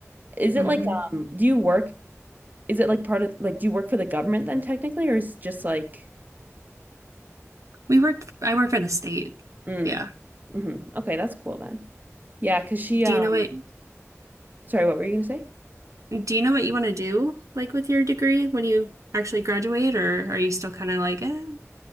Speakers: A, on the right; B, on the right.
A: Is it
B: hmm
A: like, um, do you work is it like part of like do you work for the government then technically or is it just like
B: We work. I work for the state.
A: mm,
B: Yeah.
A: hmm Okay, that's cool then. Yeah, because she
B: Do
A: um
B: you know what?
A: sorry, what were you gonna say?
B: Do you know what you want to do, like with your degree when you actually graduate, or are you still kind of like, eh?